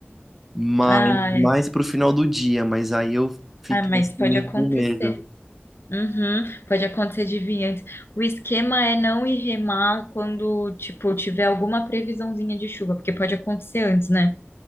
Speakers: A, in the centre; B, on the left.
A: Mas
B: Ai,
A: mais
B: ai,
A: pro final do dia, mas aí eu fiquei
B: mas
A: assim
B: pode
A: meio
B: acontecer.
A: com medo.
B: Uhum, pode acontecer de vir antes. O esquema é não ir remar quando, tipo, tiver alguma previsãozinha de chuva, porque pode acontecer antes, né?